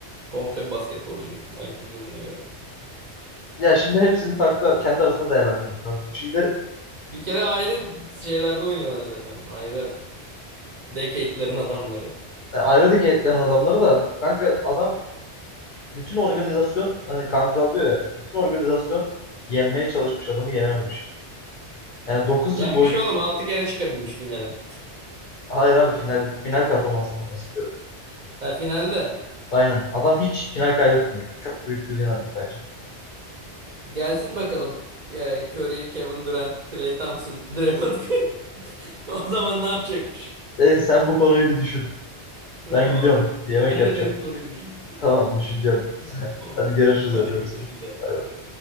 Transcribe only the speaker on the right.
Komple bir basketbolcu Michael Jordan'a göre.
Bir kere ayrı şeylerde oynuyorlar zaten. Ayrı decade'lerin adamları.
Yenmiş
oğlum 6 kere çıkabilmiş finale.
Ha finalde.
Gelsin bakalım e, Curry, Kevin Durant, Klay Thompson, Draymond Green. <laughs> O zaman ne yapacakmış?
<laughs>
Tamam.
Sen
de benim soruyu düşün.
<laughs>
Hadi
görüşürüz
abi.